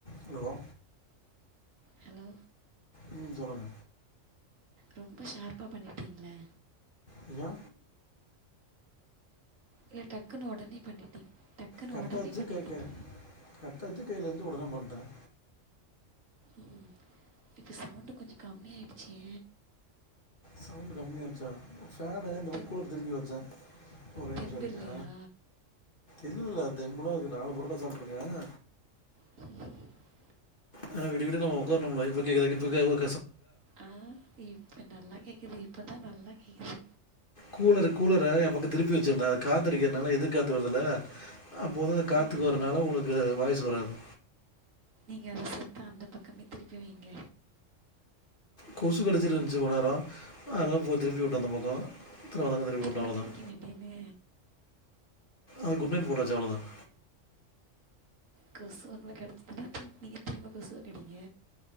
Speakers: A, on the left (about 40°); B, on the right (about 85°).
A: Hello
B: hello
A: ம்.. சொல்லுங்க
B: ரொம்ப ஷார்ப்பா பண்ணிட்டீங்களே
A: ஹலோ
B: இல்லை டக்குன்னு உடனே பண்ணிட்டீங்க டக்குன்னு
A: கட்டாச்சு
B: உடனே பண்ணிட்டீங்க
A: கேட்க கட்டாச்சு உடனே பண்ணட்டேன்
B: உம் இப்போ சவுண்டு கொஞ்சம் கம்மியாயிடுச்சே
A: சவுண்ட் கம்மியா இருச்சா ஃபேனு இந்த
B: தெம்
A: கூலர் திருப்பி வைச்சேன் ஒரே நிமிஷம்
B: தெம்பு
A: இருங்க
B: இல்லையா
A: இல்லல்ல தெம்பளா அதுக்கு நாலு பருட சொல்லிருக்கேன்
B: <inaudible>
A: ஆனா விடு விடு நா உக்காரணும்ல இப்ப கேக்கு இப்ப
B: ஆஹ் இப்ப நல்லா கேட்குது இப்போ தான் நல்லா கேது
A: கூலர் கூலரை என் பக்கம் திருப்பி வச்சிருந்தன் அது காத்தடிக்கிறதுனால எதிர்கத்து வருதுல்ல அப்போத அந்த காத்துக்கு
B: ம்,
A: வறனால உங்களுக்கு வாய்ஸ் வராது
B: நீங்கள் அதை சேர்த்து அந்த பக்கமே திருப்பி வைங்க
A: கொசு கடிச்சட்டு இருந்துச்சு கொஞ்ச நேரம் அதான் போய் திருப்பி விட்டே அந்த பக்கம் திரும்ப அந்த பக்கம் திருப்பி
B: திரும்ப
A: விட்டேன் அவ்வளோதான்
B: நடிக்க வேண்டியன்னு
A: அ குட் நைட் போடாச்சு அவ்வளவுதான்
B: கொசு உங்கள கடிச்சதுன்னா நீங்க நீங்க திரும்ப கொசுவ கடிங்க